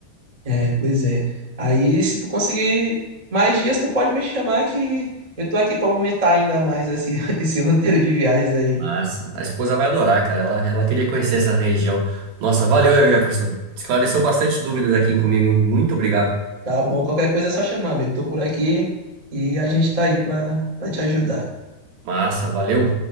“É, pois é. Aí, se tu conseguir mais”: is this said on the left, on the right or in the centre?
Right